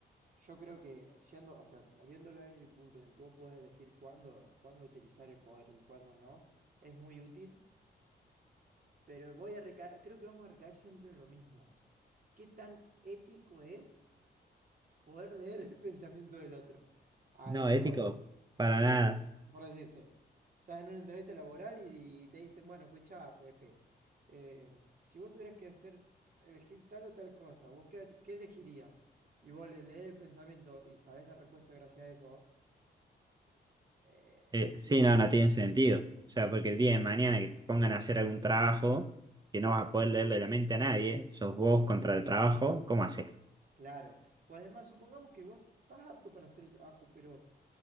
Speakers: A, on the right; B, on the right.
A: Yo creo que yendo, o sea, s- viéndolo en el punto en el que vos podés elegir cuándo, cuándo utilizar el poder y cuándo no, es muy útil, pero voy a recaer, creo que vamos a recaer siempre en lo mismo. ¿Qué tan ético es poder leer el <laughs> pensamiento del otro? A
B: No,
A: lo que
B: ético,
A: voy,
B: para
A: por,
B: nada.
A: de- por decirte, estás en una entrevista laboral y, y te dicen, bueno, escuchá, Pepe, eh, si vos tuvieras que hacer, elegir tal o tal cosa, ¿vos qué, qué elegirías? Y vos le lees el pensamiento y sabés la respuesta gracias a eso. eh,
B: Eh,
A: eh, digamos,
B: sí, no, no tiene sentido. O sea, porque el día de mañana que te pongan a hacer algún trabajo que no vas a poder leerle la mente a nadie, sos vos contra el trabajo, ¿cómo haces?
A: claro. O además, supongamos que vos estás apto para hacer el trabajo, pero